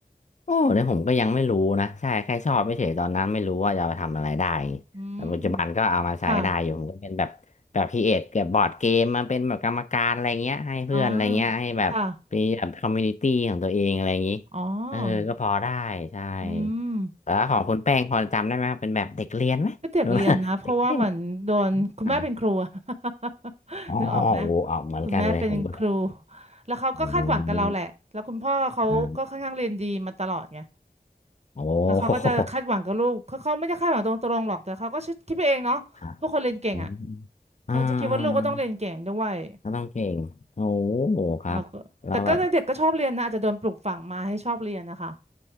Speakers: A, on the left; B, on the right.
A: โอ้แล้วผมก็ยังไม่รู้นะใช่แค่ชอบไม่เฉยๆตอนนั้นไม่รู้ว่าจะเอาไปทำอะไรได้
B: อืม
A: แต่ปัจจุบันก็เอามาใช้ได้อยู่ผมก็เป็นแบบแบบครีเอทกับบอร์ดเกมมาเป็นแบบกรรมการอะไรเงี้ยให้เพื่อนอะไรเงี้ยให้แบบมีแบบคอมมูนิตี้ของตัวเองอะไรอย่างนี้
B: ค่ะอ๋อค่ะอ๋อ
A: เออก็พอได้ใช่
B: อืม
A: แล้วของคุณแป้งพอจำได้ไหมครับเป็นแบบเด็กเรียนไหมหรือว่า
B: ก็เด็กเรียนนะเพราะว่าเหมือนโดนคุณแม่เป็นครูอะ
A: <laughs> เด็กเล่นอ่า
B: <laughs>
A: อ๋อโอ้อ่ะเหมือนกันเลยผมก็
B: นึกออกไหมคุณแม่เป็นครูแล้วเขาก็คาดหวังกับเราแหละแล้วคุณพ่อเขาก็ค่อนข้างเรียนดีมาตลอดไง
A: อืมอ่าโอ้
B: แล้วเขาก็จะคาดหวังกับลูกเขาเขาไม่ได้คาดหวังตรงๆหรอกแต่เขาก็คิดไปเองเนาะพวกคนเรียนเก่งอ่ะ
A: <laughs> ครับอืม
B: เขาจะคิดว่าลูกก็ต้องเรียนเก่งด้วย
A: อ่าก็ต้องเก่งโอ้โหครับแล้วแบบ
B: แก็แต่ก็เด็กก็ชอบเรียนนะอาจจะโดนปลูกฝังมาให้ชอบเรียนนะคะ